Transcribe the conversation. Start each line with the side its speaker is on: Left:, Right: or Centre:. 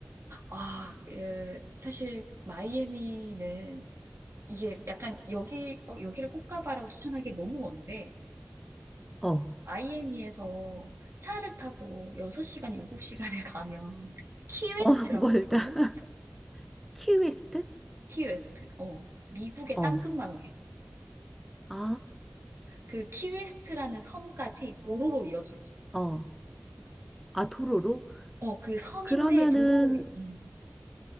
Right: 아, 예, 사실, 마이애미는, 이게 약간, 여기, 어, 여기를 꼭 가봐라고 추천하기 너무 먼데,
Centre: 어, 어,
Right: 마이애미에서 차를 타고 6시간, 7시간을 가면, 키웨스트라고
Centre: <laughs> 멀다.
Right: 있거든?
Centre: 키웨스트?
Right: 키웨스트. 어, 미국의
Centre: 어,
Right: 땅끝마을.
Centre: 아,
Right: 그 키웨스트라는 섬까지 도로로 이어져 있어.
Centre: 어, 아 도로로?
Right: 어, 그 섬인데
Centre: 그러면은
Right: 도로로, 음.